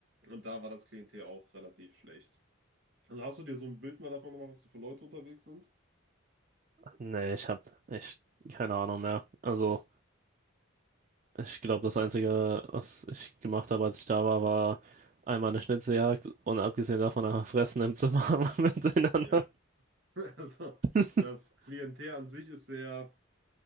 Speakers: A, on the right; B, on the right.
A: Und da war das Klientel auch relativ schlecht. Also hast du dir so ein Bild mal davon gemacht, was da für Leute unterwegs sind?
B: Nee, ich habe echt keine Ahnung mehr. Also, ich glaube, das Einzige, was ich gemacht habe, als ich da war, war einmal eine Schnitzeljagd und abgesehen davon einfach fressen im Zimmer <laughs> miteinander.
A: Ja. <laughs> Also
B: <laughs>
A: das Klientel an sich ist sehr